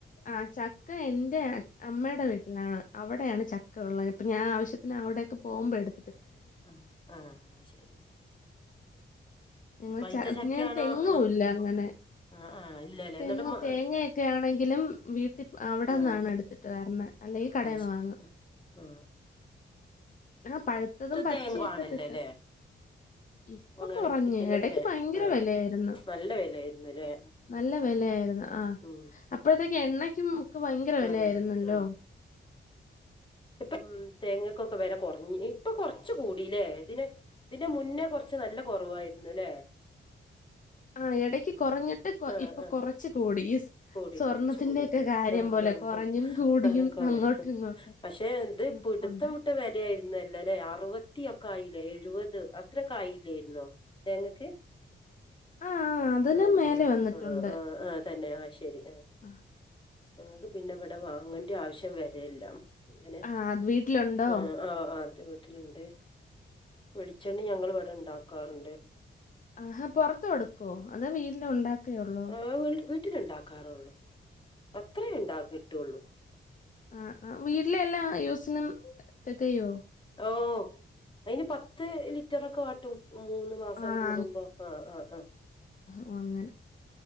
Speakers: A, on the left; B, on the left.
A: ആ ചക്ക എന്റെ അമ്മയുടെ വീ ട്ടിലാണ് അവിടെയാണ് ചക്ക ഉള്ളത് അപ്പം ഞാൻ ആവശ്യത്തിന് അവിടെയൊക്കെ പോവുമ്പോ എട്
B: ആഹ് ആഹ് ശരി
A: നിങ്ങള്
B: പൈത്ത
A: ച
B: ചക്കയാണോ
A: ഞെ തെങ്ങും
B: ആഹ്
A: ഇല്ല അങ്ങനെ
B: ആഹ് ആഹ് ഇല്ലല്ലേ
A: തെങ്ങ്
B: എന്നിട്ട് മ
A: തേങ്ങയൊക്കെ ആണെങ്കിലും വീട്ടി അവിടന്നാണ്
B: ആഹ്
A: എടുത്തിട്ട് വരണെ അല്ലെങ്കി കടേന്ന്
B: ആഹ് ശരി
A: വാങ്ങും
B: ആഹ്
A: <unintelligible> പഴുത്തതും
B: ഇത്
A: പച്ചയൊക്കെ
B: തേങ്ങ വാണല്ലോ
A: കിട്ടാ
B: അല്ലേ
A: ഇപ്പ
B: വാങ്ങാണെങ്കിൽ
A: കുറഞ്ഞ്
B: തന്നെ
A: എടക്ക്
B: അല്ലേ
A: ഭയങ്കര
B: ആഹ്
A: വെലയായിരുന്നു
B: നല്ല വിലയായിരുന്നുല്ലേ
A: നല്ല വെ ലയായിരുന്നു ആഹ്
B: ഉം
A: അപ്പഴത്തേക്ക്
B: ഉം
A: എണ്ണക്കും ഒക്കെ ഭയങ്കര വെല
B: ആഹ്
A: ആയിരുന്നല്ലോ
B: ആഹ് ഇപ്പം ഉം തേങ്ങക്കൊക്കെ വെല കുറഞ്ഞിനി ഇപ്പൊ കൊറച്ച് കൂടീലേ ഇതിന് ഇതിന്റെ മുന്നേ കുറച്ച് നല്ല കുറവായിരുന്നു ലേ
A: <unintelligible> ആ എടക്ക് കൊറഞ്ഞിട്ട്
B: ആഹ്
A: ഇപ്പൊ
B: ആഹ്
A: കൊറച്ച് കൂടി ഈ
B: കൂടി
A: സ്വർണത്തിന്റെയെക്കെ
B: കൊറച്ച് കൂടി ആഹ്
A: കാര് ചെയ്യും
B: ആഹ്
A: പോലെ
B: ആഹ്
A: കുറഞ്ഞും കൂടിയും
B: ആഹ് കോര
A: അങ്ങോട്ടും ഇങ്ങോട്ടും.
B: പക്ഷെ എന്ത് ഇപ്പൊ
A: നിപ്പുണ്ട്.
B: പിടുത്തം വിട്ട വിലയായിരുന്നു അല്ലല്ലേ ആറും മുപ്പത്തിയൊക്കൊയില്ലേ എഴുപത് അത്രക്കായില്ലായിരുന്നോ തേങ്ങക്ക്.
A: ആഹ് ആഹ് അതിനും
B: ആഹ്
A: മേലെ വന്നിട്ടുണ്ട്.
B: ആഹ് ആഹ് ആഹ് തന്നെ ആഹ് ശരി.
A: ആഹ്.
B: ക്ക് പിന്നെ ഇവിടെ വാങ്ങണ്ട ആവശ്യം വരെല്ല അങ്ങനെ
A: ആഹ് അത് വീട്ടിലുണ്ടോ?
B: ആഹ് ആഹ് ആഹ്. ത്തെ വീട്ടിലുണ്ട് വെളിച്ചെണ്ണ ഞങ്ങൾ ഇവിടെ ഉണ്ടാക്കാറുണ്ട്.
A: ആഹാ പൊറത്ത് കൊടുക്കുവോ അതോ വീട്ടിലോണ്ടാക്കെഒള്ളോ
B: ആഹ് വീട്ടിലുണ്ടാക്കാറുള്ളൂ അത്രേണ്ടകിട്ടുള്ളൂ
A: ആഹ് ആഹ് വീട്ടിലെ എല്ലാം യൂസിനും തികയോ?
B: ഓ അയിൻ പത്ത് ലിറ്ററൊക്കെ വാട്ടും മൂന്ന് മാസം
A: ആഹ്
B: കൂടുമ്പോ ആഹ് ആഹ് ആഹ്.
A: ഓ അങ്ങനെ